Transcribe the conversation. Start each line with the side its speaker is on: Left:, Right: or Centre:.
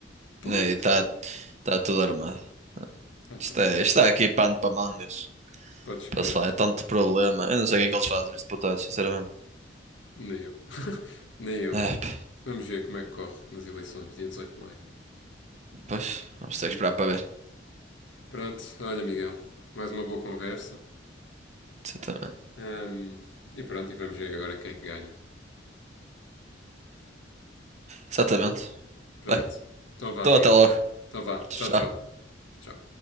Left: pois.
Right: Está tá tá tudo armado.
Left: Ah,
Right: Isto
Left: pá,
Right: é, isto é aqui pano para mangas.
Left: podes crer.
Right: Posso falar, é tanto problema. Eu não sei o que é que eles fazem, os deputados, sinceramente.
Left: Nem eu. <laughs> Nem eu.
Right: É, pá,
Left: Vamos ver como é que corre nas eleições, dia 18 de maio.
Right: pois, vamos ter
Left: Hum.
Right: que esperar para ver.
Left: Pronto, olha, Miguel, mais uma boa conversa.
Right: Exatamente.
Left: Hum, e pronto, e vamos ver agora quem é que ganha.
Right: Exatamente.
Left: Pronto.
Right: Bem,
Left: Então vá,
Right: então
Left: amiga.
Right: até logo.
Left: Então vá.
Right: Tchau.
Left: Tchau, tchau. Tchau.